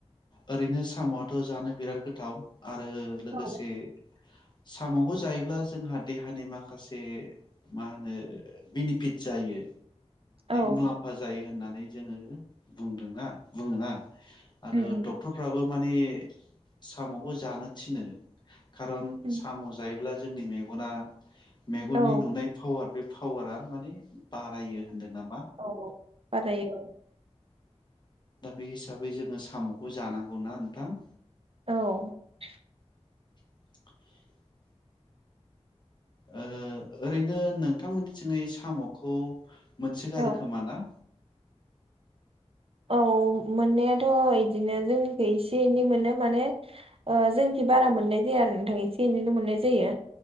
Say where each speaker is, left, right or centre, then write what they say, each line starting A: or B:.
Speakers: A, on the left; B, on the right.
A: ओरैनो साम'आथ' जानो बिराद गोथाव। आरो लोगोसे
B: औ
A: साम'खौ जायोब्ला जोंहा देहानि माखासे मा होनो बेनिफिट जायो।
B: औ
A: मुलाम्फा जायो। होननानै जोङो बुंदोंना बुङोना। आरो
B: उम उम
A: डक्टरफ्राबो माने साम'खौ जानो थिनो। खारन
B: उम
A: साम' जायोब्ला जोंनि मेगना मेगननि
B: औ
A: नुनाय पावार बे पावारा माने बारायो होनदों नामा?
B: औ औ बारायो औ
A: दा बे हिसाबै जोङो साम'खौ जानांगौना नोंथां?
B: औ
A: <inaudible> ओ ओरैनो नोंथांमोनथिङै साम'खौ मोनसोगारो
B: औ
A: खोमा ना?
B: औ मोननायाथ' इदिनो जोंनिखै एसे एनै मोनो माने ओ जोंनिखि बारा मोननाय जाया आरो नोंथां एसे एनैल' मोननाय जायो।